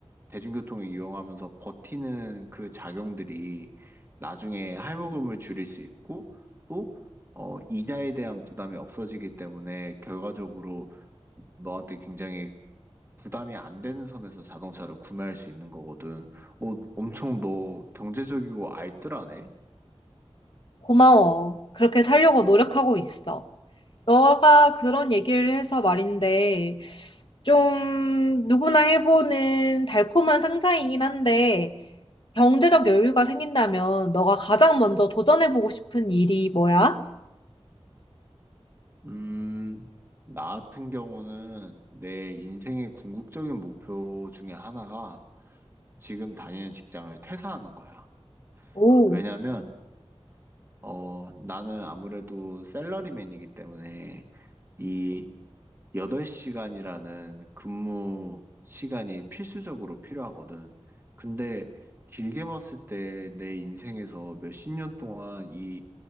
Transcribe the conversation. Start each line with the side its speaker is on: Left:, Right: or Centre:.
Right: 대중교통을 이용하면서 버티는 그 작용들이 나중에 할부금을 줄일 수 있고 또 어, 이자에 대한 부담이 없어지기 때문에 결과적으로 너한테 굉장히 부담이 안 되는 선에서 자동차를 구매할 수 있는 거거든. 어, 엄청 너 경제적이고 알뜰하네?
Left: 고마워. 그렇게 살려고 노력하고 있어. 너가 그런 얘기를 해서 말인데, 좀 누구나 해보는 달콤한 상상이긴 한데, 경제적 여유가 생긴다면 너가 가장 먼저 도전해보고 싶은 일이 뭐야?
Right: 음, 나 같은 경우는 내 인생의 궁극적인 목표 중에 하나가 지금 다니는 직장을 퇴사하는 거야.
Left: 오,
Right: 왜냐면, 어, 나는 아무래도 샐러리맨이기 때문에 이 8시간이라는 근무 시간이 필수적으로 필요하거든. 근데 길게 봤을 때 내 인생에서 몇 십 년 동안 이